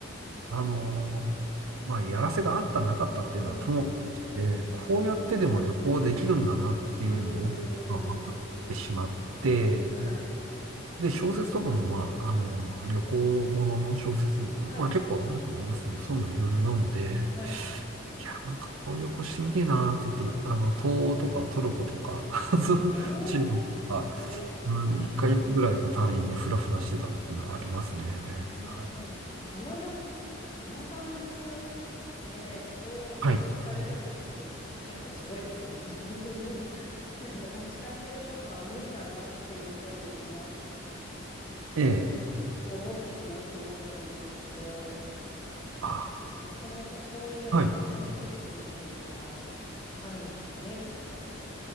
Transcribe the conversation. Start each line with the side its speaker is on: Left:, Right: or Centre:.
Right: あのーまあ、やらせがあったなかったっていうのはともかくして、
Left: うんうん。
Right: こうやってでも旅行できるんだなっていうのを、
Left: うーん。
Right: まあ、分かってしまって、
Left: はい。
Right: で、小説とかも、まあ、あのー旅行ものの小説、
Left: はい。
Right: まあ、結構あると思いますよ。そういうのいろいろ読んで、
Left: はい。
Right: いや、なんかこういう旅行してみてえなって言って、あの、東欧とかトルコとか、<laughs>
Left: えー、
Right: 中国とか、
Left: 素敵。
Right: うん、
Left: はい。
Right: 1ヶ月ぐらいの単位でフラフラしてたっていうのはありますね。
Left: えー、
Right: はい。
Left: でも、あの旅、あの番組を見て、そう刺激されるのって結構すごいですね。
Right: はい。
Left: <laughs> なんかどっちかっていうと、ちょっとあ、無理だなっていう方に、まあ、
Right: ええ。
Left: 思ってしまう人も多いと思うんですけど、
Right: あ、
Left: もともとそういうハングリー精神というかが
Right: はい。い
Left: あるんでしょうね、きっと。